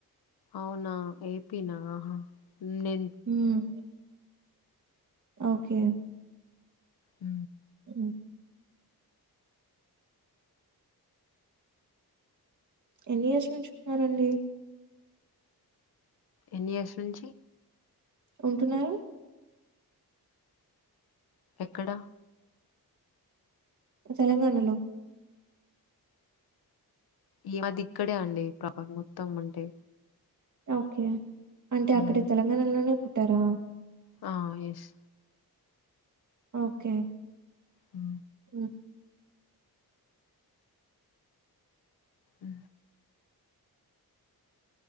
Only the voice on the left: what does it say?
అవునా ఏపీ నా నే
ఉ
ఎన్ని ఇయర్స్ నుంచి
ఎక్కడ
ఈ మాది ఇక్కడే అండి ప్రాపర్ మొత్తం అంటే
మ్మ్.
ఆ ఎస్
ఉ
అ